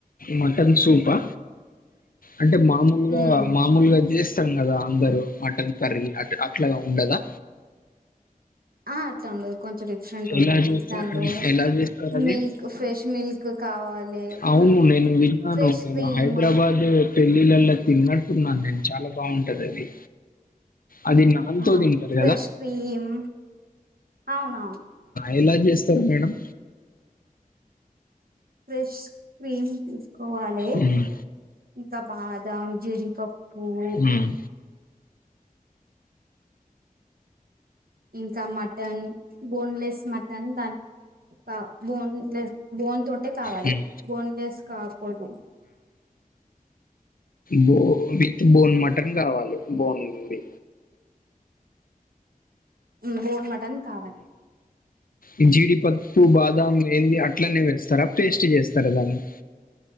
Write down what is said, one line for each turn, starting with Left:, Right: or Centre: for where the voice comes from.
Left: మటన్ సూపా అంటే మామూలుగా
Right: మ్మ్
Left: మామూలుగా చేసి ఇష్టం కదా అందరు మటన్ కర్రీ అ అట్లా ఉండదా
Right: ఆ అట్లా ఉండదు కొంచెం డిఫరెంట్
Left: ఎలా
Right: ఉంటుంది
Left: చేస్తారు
Right: దానిలో
Left: ఎలా చేస్తారు అది
Right: మిల్క్ ఫ్రెష్ మిల్క్ కావాలి
Left: అవును నేను వినాను
Right: ఫ్రెష్
Left: నేను
Right: క్రీమ్
Left: హైదరాబాద్ పెళ్ళిళ్ళలో తిన్నట్టున్నాను నేను చాలా బాగుంటది అది అది నాల్ తో
Right: ఆ
Left: తింటారు
Right: ఫ్రెష్
Left: కదా
Right: క్రీమ్ అవునవును
Left: ఐలాస్ చేస్తారు మేడం
Right: ఫ్రెష్ క్రీమ్ తీసుకోవాలి
Left: హ్మ్.
Right: ఇంకా బాదం జీడిపప్పు పో
Left: హ్మ్.
Right: ఇంకా మటన్ బోన్లెస్ మటన్ దాని క బోన్లెస్ బోన్ తోటే కావాలి
Left: హ్మ్.
Right: బోన్లెస్ కాకూడదు
Left: బోది బోన్ మటన్ కావాలి బోన్ ది
Right: ఉ బోన్ మటన్ కావాలి
Left: ఈ జీడిపప్పు బాదం మేందీ అట్లనే వేస్తారా టేస్ట్ చేస్తారా దాన్ని